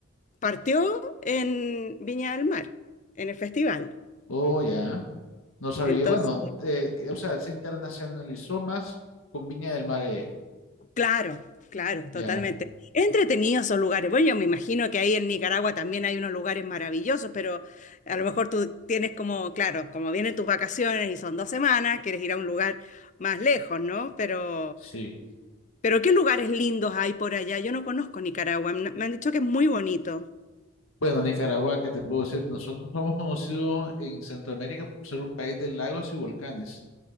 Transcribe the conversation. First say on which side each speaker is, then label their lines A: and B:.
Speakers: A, on the left; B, on the left.
A: partió en Viña del Mar, en el festival.
B: Oh, ya. No sabía,
A: Entonces,
B: bueno, eh, que- o sea, se internacionalizó más con Viña del Mar. eh,
A: Claro, claro, totalmente.
B: Ya,
A: Entretenidos entretenido esos lugares. Bueno, yo me imagino que ahí en Nicaragua también hay unos lugares maravillosos, pero a lo mejor tú tienes como, claro, como vienen tus vacaciones y son dos semanas, quieres ir a un lugar más lejos, ¿no? Pero,
B: sí.
A: pero ¿qué lugares lindos hay por allá? Yo no conozco Nicaragua. Me me han dicho que es muy bonito.
B: Bueno, Nicaragua, ¿qué te puedo decir? Nosotros somos conocidos en Centroamérica por ser un país de lagos y volcanes.